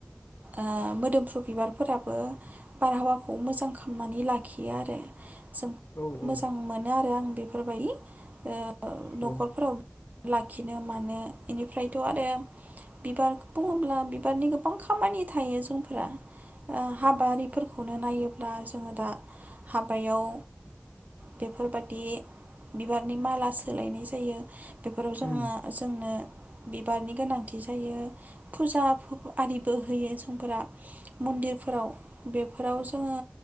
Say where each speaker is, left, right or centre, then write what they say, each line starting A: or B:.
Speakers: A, on the right; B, on the left.
A: ओ मोदोमफ्रु बिबारफोराबो बारहावाखौ मोजां खालामनानै लाखियो आरो जों
B: औ औ
A: मोजां मोनो आरो आं बेफोरबायदि ओ
B: औ
A: न'खरफोराव लाखिनो मानो बेनिफ्रायथ' आरो बिबार बुङोब्ला बिबारनि गोबां खामानि थायो जोंफोरा हाबा आरिफोरखौनो नायोब्ला जोङो दा हाबायाव बेफोरबादि बिबारनि माला सोलायनाय जायो बेफोराव जोङो
B: उम
A: जोंनो बिबारनि गोनांथि जायो फुजा आरिबो होयो जोंफोरा मन्दिरफोराव बेफोराव जोङो